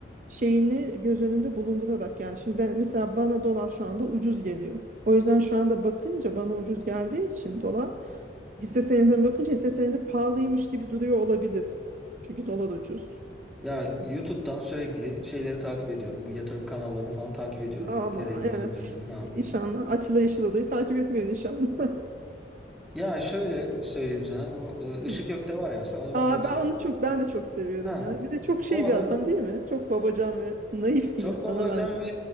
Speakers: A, on the right; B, in the centre.
A: şeyini göz önünde bulundurarak yani şimdi ben mesela bana dolar şu anda ucuz geliyor. O yüzden şu anda bakınca bana ucuz geldiği için dolar hisse senedine bakınca hisse senedi pahalıymış gibi duruyor olabilir. Çünkü dolar ucuz.
B: Ya YouTube'dan sürekli şeyleri takip ediyorum. Bu yatırım kanallarını falan takip ediyorum.
A: Ama
B: Nereye yatırım
A: evet
B: yapayım, ne yapayım.
A: inşallah Atilla Yeşil Odayı takip etmiyorsun inşallah.
B: Ya şöyle söyleyeyim sana. Bu e,
A: <laughs>
B: Işık Gök'te var ya mesela onu
A: Aa,
B: ben çok
A: ben
B: seviyorum.
A: onu çok ben de çok seviyordum
B: Ha,
A: ya. Bir de çok şey
B: O adam
A: bir adam değil mi? Çok babacan ve naif
B: çok
A: bir insana
B: babacan
A: benziyor.
B: ve